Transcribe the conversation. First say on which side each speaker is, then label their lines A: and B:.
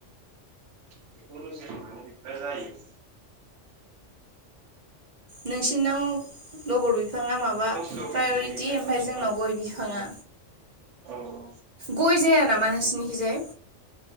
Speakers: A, on the right (about 75°); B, on the right (about 45°).
A: बेनो म बेख जाय <unintelligible>
B: नोंसिनि नाव लबर बिफाङा माबा
A: खायफा ओनसोलाव
B: प्रायरिटि
A: गय जायो खायफा
B: ओमफ्राय
A: ओनसोलाव
B: जोंनाव गय बिफाङा
A: औ औ
B: गय जाया नामा नोंसिनिखैजाय